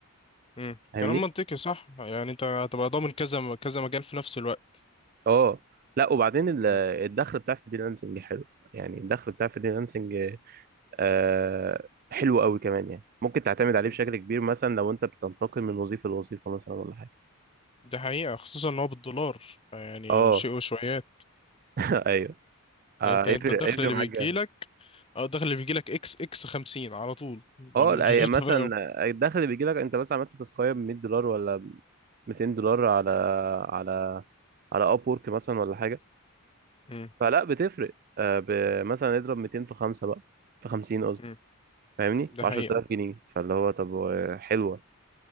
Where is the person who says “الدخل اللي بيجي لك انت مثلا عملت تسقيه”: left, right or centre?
Right